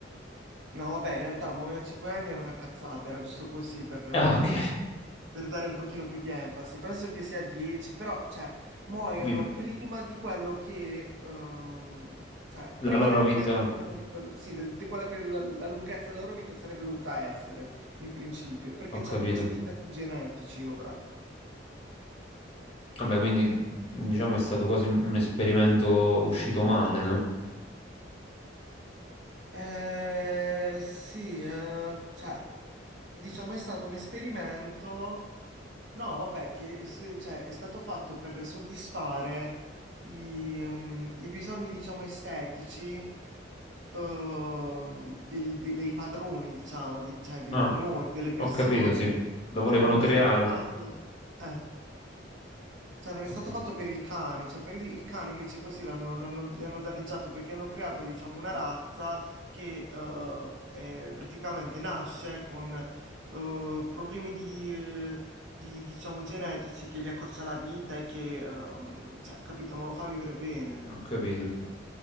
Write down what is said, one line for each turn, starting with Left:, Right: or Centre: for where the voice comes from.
Right: No, vabbè, in realtà Muoiono a 5 anni era una cazzata, era giusto così per, ehm,
Left: Ah, ok.
Right: per dare un pochino più di enfasi. Penso che sia 10, però, cioè, muoiono
Left: Vi-
Right: prima di quello che, ehm, cioè,
Left: La
Right: prima
Left: loro
Right: del
Left: vita,
Right: tempo, diciamo, di quello, sì, de- di quella che la, la lunghezza della loro vita sarebbe dovuta essere, in principio, perché
Left: ho capito.
Right: hanno questi difetti genetici ora.
Left: Vabbè, quindi diciamo è stato quasi un un esperimento uscito male, no?
Right: Eh, sì, eh, cioè, diciamo è stato un esperimento No, vabbè, che e se- cioè, è stato fatto per soddisfare i, ehm, i bisogni, diciamo, estetici, ehm, del- de- dei padroni, diciamo, di, cioè, di,
Left: Ah,
Right: di noi, delle persone,
Left: ho capito, sì. Lo volevano
Right: però non
Left: creare.
Right: è stato fatto... eh. Cioè, non
Left: Ho
Right: è stato
Left: capito.
Right: fatto per il cane, cioè per il, il cane invece così l'hanno, l'hanno- gli hanno danneggiato perché hanno creato, diciamo, una razza che eh, è- praticamente nasce con eh, problemi di, eh, di, diciamo, genetici che gli accorcia la vita e che, ehm, cioè, capito, non lo fa vivere bene.
Left: Ho capito.